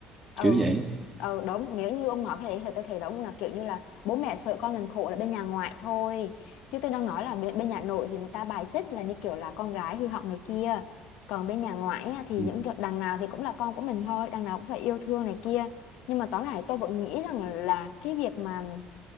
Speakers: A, on the left (about 80°); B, on the right (about 20°).
A: ừ,
B: kiểu vậy
A: ừ đúng nếu như ông nói cái đấy thì tôi thấy đúng là kiểu như là bố mẹ sợ con mình khổ là bên nhà ngoại thôi chứ tôi đang nói là bên, bên nhà nội thì người ta bài xích là như kiểu là con gái hư hỏng này kia còn bên nhà ngoại á, thì
B: Ừ.
A: những kiểu đằng nào thì cũng là con của mình thôi đằng nào cũng phải yêu thương này kia nhưng mà tóm lại tôi vẫn nghĩ rằng là cái việc mà